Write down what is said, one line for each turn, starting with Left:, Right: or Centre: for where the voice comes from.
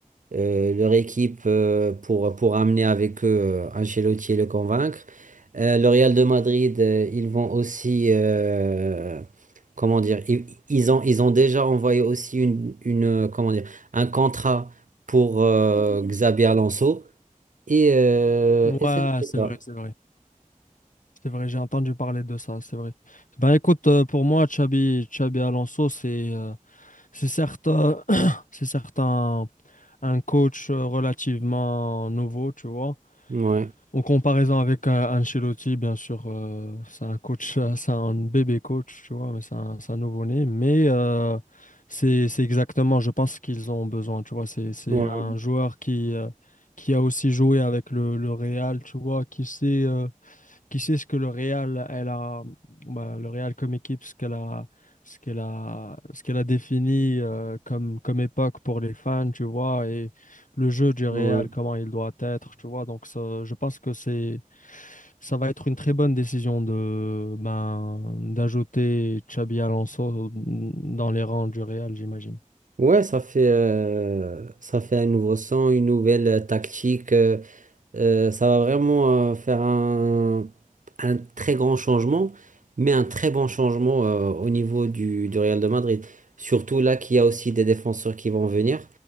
Right: euh, leur équipe euh, pour, pour amener avec eux euh, Ancelotti et le convaincre. Euh, le Real de Madrid, euh, ils vont aussi, euh, comment dire, ils, ils ont, ils ont déjà envoyé aussi une, une, euh, comment dire, un contrat pour euh, Xabi Alonso. Et, euh,
Left: Ouais,
Right: et c'est
Left: c'est
Right: ça.
Left: vrai, c'est vrai. C'est vrai, j'ai entendu parler de ça, c'est vrai. Ben écoute, euh, pour moi, Xabi, Xabi Alonso, c'est euh, c'est certes, <coughs> euh, <clears throat> c'est certes un, un coach euh, relativement nouveau, tu vois.
Right: Ouais.
Left: En comparaison avec euh, Ancelotti, bien sûr, euh, c'est un coach, euh, <laughs> c'est un bébé coach, tu vois, mais c'est un, c'est un nouveau-né. Mais euh, c'est c'est exactement, je pense qu'ils ont besoin, tu vois. C'est c'est
Right: Ouais,
Left: un joueur qui, euh, qui a aussi joué avec le, le Real, tu vois, qui sait. euh, qui sait ce que le Real, elle a, bah, le Real comme équipe, ce qu'elle a, ce qu'elle a, ce qu'elle a défini euh, comme, comme époque pour les fans, tu vois, et le jeu du Real,
Right: ouais.
Left: comment il doit être, tu vois. Donc, ça, je pense que c'est, ça va être une très bonne décision de, ben, d'ajouter Xabi Alonso dans les rangs du Real, j'imagine.
Right: Ouais, ça fait, euh, ça fait un nouveau son, une nouvelle tactique. euh, Euh, ça va vraiment euh, faire un, un très grand changement, mais un très bon changement euh, au niveau du, du Real de Madrid. Surtout là qu'il y a aussi des défenseurs qui vont venir.